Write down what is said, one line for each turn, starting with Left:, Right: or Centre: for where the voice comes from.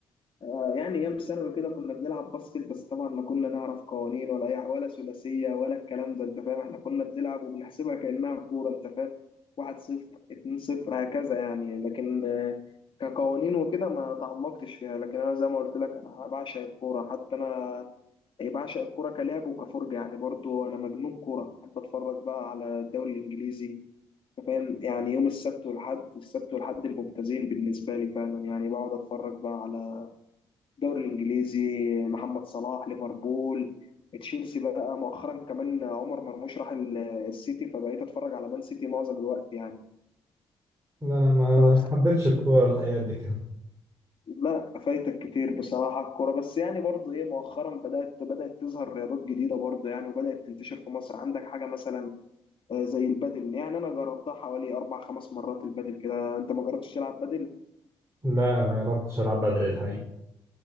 Left: آه، يعني ايام ثانوي كده كنا بنلعب باسكت بس طبعا لا كنا نعرف قوانين ولا أي ولا ثلاثيه ولا الكلام ده انت فاهم احنا كنا بنلعب وبنحسبها كانها كوره انت فاهم 1-0 2-0 هكذا يعني لكن آه، كقوانين وكده ما تعمقتش فيها لكن انا زي ما قلت لك أنا بعشق الكوره حتى انا أي بعشق الكوره كلعب وكفرجه يعني برضو انا مجنون كوره احب اتفرج بقى على الدوري الانجليزي أنت فاهم يعني يوم السبت والحد السبت والحد الممتازين بالنسبه لي فعلا يعني بقعد اتفرج بقى على الدوري الانجليزي محمد صلاح ليفربول تشيلسي بقى مؤخرا كمان عمر مرموش راح ال- السيتي فبقيت اتفرج على مان سيتي معظم الوقت يعني
Right: لا أنا ما
Left: فبصراحة
Right: حبيتش الكورة الحقيقة قد كده
Left: لا فايتك كتير بصراحة الكورة بس يعني برضو ايه مؤخرا بدأت بدأت تظهر رياضات جديدة برضو يعني وبدأت تنتشر في مصر عندك حاجة مثلا آه، زي البادل يعني انا جربتها حوالي اربع خمس مرات البادل كده انت ما جربتش تلعب بادل
Right: لا ما جربتش ألعب بدل الحقيقة